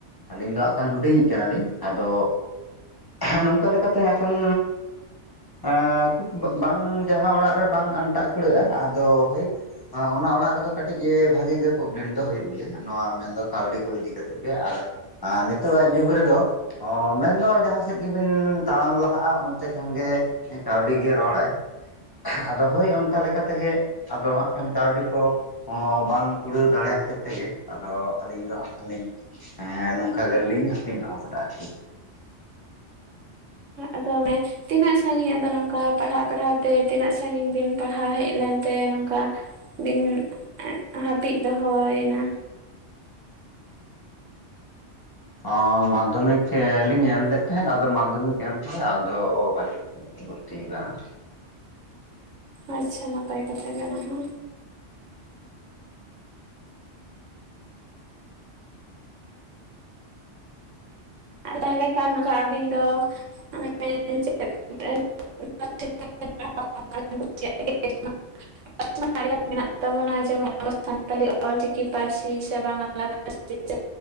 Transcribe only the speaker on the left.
ᱟᱹᱞᱤᱧ ᱫᱚ ᱦᱟᱸᱜ ᱠᱷᱟᱱ ᱦᱩᱰᱤᱧᱤᱡ ᱠᱟᱱᱟᱞᱤᱧ ᱟᱫᱚ ᱦᱮᱸ ᱱᱚᱝᱠᱟ ᱞᱮᱠᱟᱛᱮ ᱦᱮᱸ ᱠᱷᱟᱱ ᱮᱸ ᱠᱷᱩᱵ ᱵᱟᱝ ᱡᱟᱦᱟᱸ ᱚᱲᱟᱜ ᱨᱮ ᱵᱟᱝ ᱟᱱᱴᱟᱜ ᱠᱩᱲᱟᱹᱜᱼᱟ ᱟᱫᱚ ᱦᱩᱭ <inaudible> ᱚᱱᱟ ᱚᱲᱟᱜ ᱨᱮᱫᱚ ᱠᱟᱹᱴᱤᱡ ᱜᱮ ᱵᱷᱟᱜᱤ ᱜᱮ ᱯᱨᱚᱵᱞᱮᱢ ᱫᱚ ᱦᱩᱭᱩᱜ ᱜᱮᱭᱟ ᱱᱚᱣᱟ ᱢᱮᱱᱫᱚ ᱠᱟᱹᱣᱰᱤ ᱠᱚ ᱤᱫᱤ ᱠᱟᱛᱮᱫ ᱜᱮ ᱟᱨ ᱟᱸ ᱱᱤᱛᱚᱜᱟᱜ ᱡᱩᱜᱽ ᱨᱮᱫᱚ ᱚᱸ ᱢᱮᱱᱫᱚ ᱡᱟᱦᱟᱸ ᱪᱮᱫ ᱜᱮᱵᱤᱱ ᱛᱟᱲᱟᱢ ᱞᱟᱦᱟᱜᱼᱟ ᱚᱱᱛᱮ ᱠᱷᱟᱱ ᱜᱮ ᱠᱟᱹᱣᱰᱤ ᱜᱮ ᱨᱚᱲᱟᱭ ᱾ <inaudible> ᱟᱫᱚ ᱦᱳᱭ ᱚᱱᱠᱟ ᱞᱮᱠᱟ ᱛᱮᱜᱮ ᱟᱫᱚ ᱦᱟᱸᱜ ᱠᱷᱟᱱ ᱠᱟᱹᱣᱰᱤ ᱠᱚ ᱾ ᱦᱚᱸ ᱵᱟᱝ ᱠᱩᱲᱟᱹᱣ ᱫᱟᱲᱮ ᱦᱚᱛᱮᱫ ᱛᱮᱜᱮ ᱟᱫᱚ ᱟᱹᱞᱤᱧ ᱫᱚ ᱦᱟᱸᱜ ᱠᱷᱟᱱᱞᱤᱧ ᱦᱮᱸ ᱱᱚᱝᱠᱟ ᱜᱮ ᱨᱮᱞᱤᱧ ᱦᱟᱯᱤᱫ ᱫᱚᱦᱚ ᱠᱟᱫᱟ ᱟᱨᱠᱤ᱾
ᱚᱸ ᱢᱟᱫᱽᱫᱷᱚᱢᱤᱠ ᱮᱸ ᱞᱤᱧ ᱮᱢᱞᱮᱫ ᱛᱟᱦᱮᱸᱱ ᱟᱫᱚ ᱢᱟᱫᱽᱫᱷᱚᱢᱤᱠ ᱮᱢ ᱯᱚᱨᱮ ᱟᱫᱚ <unintelligible> ᱵᱷᱩᱨᱛᱤ ᱠᱟᱱᱟ᱾